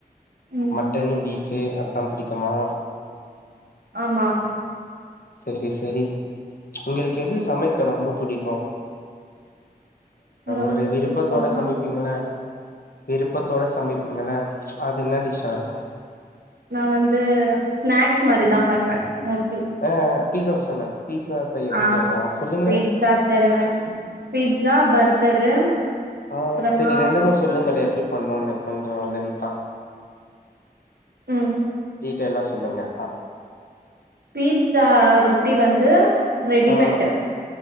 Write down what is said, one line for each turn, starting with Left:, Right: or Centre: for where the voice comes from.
Right: ம்
Left: மட்டன் பீஃபு அத்தா புடிக்குமா
Right: ஆமா ஆமா
Left: சரி சரி உங்களுக்கு எது சமைக்க ரொம்ப புடிக்கு அ
Right: ரொம்ப
Left: ஒரு விருப்பத்தோட
Right: பிடிக்கும்னா
Left: சமைப்பீங்களா விருப்பத்தோட சமைப்பீங்கள அது என்ன டிஷ்ஷா இருக்கு
Right: நா வந்து ஸ்நாக்ஸ் மாரிதா பண்ணுவே மோஸ்ட்
Left: அ அ பீஸாவுசன்னு பீஸா செய்யத்
Right: ஆ
Left: தெரியுமா சொல்லுங்க
Right: பீட்ஸா தருவே பீட்ஸா பர்கரு
Left: ஆ
Right: அப்புறமா
Left: சரி ரெண்டுமே சொல்லுங்களே எப்டி பண்ணுனு கொஞ்சோ லென்தா
Right: ம்
Left: டீடைலா சொல்லுங்க அ
Right: பீட்ஸா ரொட்டி வந்து ரெடிமேட்
Left: ஆ